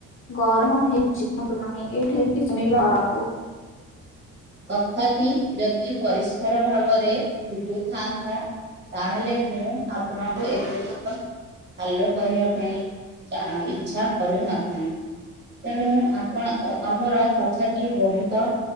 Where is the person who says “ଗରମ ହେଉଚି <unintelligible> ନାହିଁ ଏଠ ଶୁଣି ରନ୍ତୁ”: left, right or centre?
Left